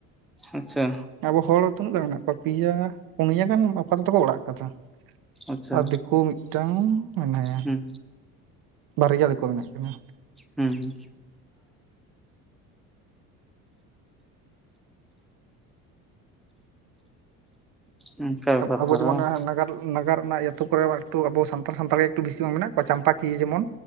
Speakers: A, in the centre; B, on the right.
A: ᱟᱪᱪᱷᱟ
B: ᱟᱵᱚ ᱦᱚᱲ ᱛᱤᱱᱟᱹᱜ ᱜᱟᱱ ᱢᱮᱱᱟᱜ ᱠᱚᱣᱟ ᱯᱮᱭᱟ ᱯᱩᱱᱭᱟᱹ ᱜᱟᱱ ᱵᱟᱯᱟ ᱛᱮᱫᱚ ᱠᱚ ᱚᱲᱟᱜ ᱠᱟᱫᱟ᱾
A: ᱟᱪᱪᱷᱟ
B: ᱟᱨ ᱫᱤᱠᱩ ᱢᱤᱫᱴᱟᱝ ᱢᱮᱱᱟᱭᱟ᱾
A: ᱦᱩᱸ
B: ᱵᱟᱨᱭᱟ ᱫᱤᱠᱩ ᱢᱮᱱᱟᱜ ᱠᱤᱱᱟ᱾
A: ᱦᱩᱸ ᱦᱩᱸ, ᱚᱱᱠᱟ ᱵᱮᱯᱟᱨ
B: ᱟᱵᱚ
A: ᱛᱟᱦᱞᱮ
B: ᱡᱤᱢᱚᱱ
A: ᱵᱟᱝ
B: ᱱᱟᱜᱟᱨ ᱱᱟᱜᱟᱨ ᱨᱮᱱᱟᱜ ᱟᱹᱛᱩ ᱠᱚᱨᱮ ᱴᱩ ᱟᱵᱚ ᱥᱟᱱᱛᱟᱲ ᱥᱟᱱᱛᱟᱲ ᱜᱮ ᱮᱠᱴᱩ ᱵᱮᱥᱤ ᱵᱟᱝ ᱢᱮᱱᱟᱜ ᱠᱚᱣᱟ ᱪᱟᱞᱟᱠᱤᱭᱟ ᱡᱮᱢᱚᱱ᱾